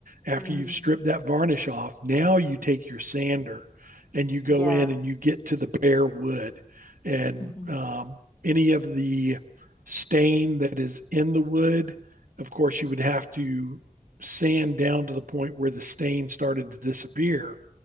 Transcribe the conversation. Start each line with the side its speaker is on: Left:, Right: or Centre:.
Right: After
Left: mm,
Right: you've stripped that varnish off, now you take your sander and you go
Left: yeah,
Right: in and you get to the bare wood and
Left: mhm,
Right: um, any of the stain that is in the wood. Of course, you would have to sand down to the point where the stain started to disappear